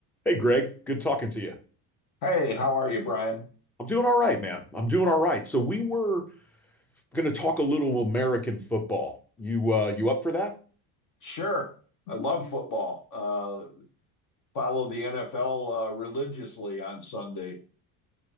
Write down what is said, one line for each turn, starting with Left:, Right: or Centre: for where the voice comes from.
Centre: Hey, Greg, good talking to you.
Left: Hey, how are you, Brian?
Centre: I'm doing all right, man. I'm doing all right. So we were going to talk a little American football. You uh you up for that?
Left: Sure. I love football. Uh, follow the NFL uh, religiously on Sunday.